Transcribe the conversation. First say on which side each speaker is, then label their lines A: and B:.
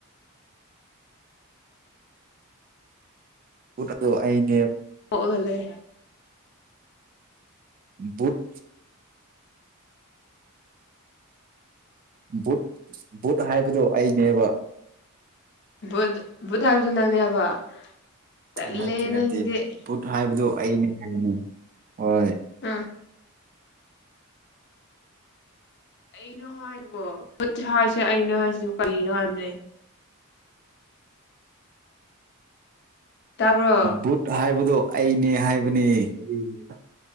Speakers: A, on the right (about 40°); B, on the left (about 55°).
A: ꯚꯨꯠ ꯑꯗꯣ ꯑꯩ ꯅꯦ
B: ꯀꯣꯛꯑꯒ ꯂꯩ
A: ꯚꯨꯠ ꯚꯨꯠ ꯚꯨꯠ ꯍꯥꯏꯕꯗꯣ ꯑꯩꯅꯦꯕ
B: ꯚꯨꯠ ꯚꯨꯠ ꯍꯥꯏꯕꯗꯨ ꯅꯪꯅꯦ ꯍꯥꯏꯕ ꯇꯜꯂꯦ
A: ꯅꯠꯇꯦ
B: ꯅꯪꯁꯤꯗꯤ
A: ꯅꯠꯇꯦ ꯚꯨꯠ ꯍꯥꯏꯕꯗꯨ ꯑꯩꯅꯦ ꯍꯥꯏꯕꯅꯤ ꯍꯣꯏ
B: ꯎꯝ ꯑꯩꯅꯣ ꯍꯥꯏꯔꯤꯕꯣ ꯚꯨꯠ ꯍꯥꯏꯁꯦ ꯑꯩꯅꯦ ꯍꯥꯏꯁꯤ ꯀꯔꯤꯅꯣ ꯍꯥꯏꯝꯅꯦ ꯇꯥꯕꯔꯣ
A: ꯕꯨꯠ ꯍꯥꯏꯕꯗꯣ ꯑꯩꯅꯦ ꯍꯥꯏꯕꯅꯦ ꯀꯔꯤꯅꯤ